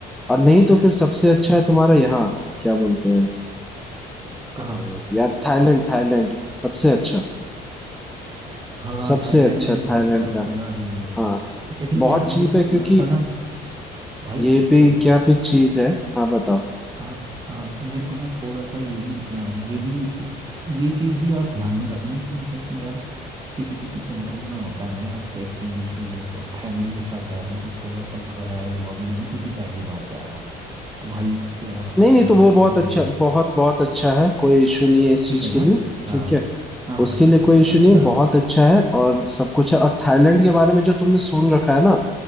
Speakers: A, in the centre; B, on the right.
A: और नहीं तो फिर सबसे अच्छा है तुम्हारा यहाँ क्या बोलते हैं
B: कहाँ
A: हाँ, यार थाईलैंड थाईलैंड सबसे अच्छा
B: हाँ
A: सबसे
B: थाईलैंड
A: अच्छा
B: मैंने
A: थाईलैंड
B: बहुत बार सुना
A: का
B: भी है
A: हाँ
B: लेकिन यार
A: बहुत
B: मेरे
A: चीप
B: को
A: है क्योंकि
B: थोड़ा सा ना भाई
A: ये
B: एक
A: भी
B: सेकेंड
A: क्या भी चीज है हाँ बताओ
B: हाँ हाँ मेरे को ना थोड़ा सा ये भी अ, ये भी ये चीज़ भी आप ध्यान में रखना कि मतलब कि यार किसी किसी कंट्री में होता है ना यार सेफ्टी इशू ये अब फैमिली के साथ जा रहा हूँ तो थोड़ा सा घबराया हुआ भी हूँ क्योंकि पहली बार जा रहा हूँ तो भाई अ,
A: नहीं
B: ऐसा
A: नहीं तो वो
B: कुछ
A: बहुत
B: कहीं
A: अच्छा बहुत बहुत अच्छा है कोई इशू नहीं है इस
B: ठीक
A: चीज
B: है ना
A: के लिए
B: हाँ
A: ठीक है
B: हाँ
A: उसके
B: हाँ
A: लिए कोई
B: ठीक-
A: इशू
B: अच्छा
A: नहीं है बहुत अच्छा है और सब कुछ है और थाईलैंड के बारे में जो तुमने सुन रखा है ना